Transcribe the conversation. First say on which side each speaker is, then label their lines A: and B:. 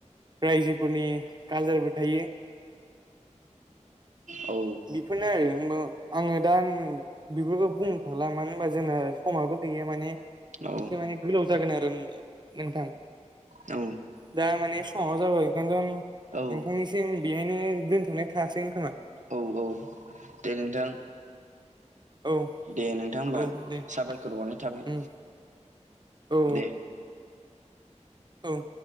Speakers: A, on the right (about 35°); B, on the right (about 75°).
A: रायजोफोरनि कालसारबो थायो।
B: औ
A: बेफोरनो आरो हबा आङो दा बेफोरखौ बुंनो थांला मानो होनबा जोंना समाबो गैया माने
B: औ
A: एसे माने गोलाव जागोन आरो नोंथां।
B: औ
A: दा माने साव जाबाय <unintelligible>
B: औ
A: नोंथांनिसिम बेहायनो दोनथ'नाय थासै नोंथाङा?
B: औ औ दे नोंथां
A: औ
B: दे नोंथां होमबा
A: औ दे
B: साबायखर हरनाय थाबाय।
A: उम औ।
B: दे
A: औ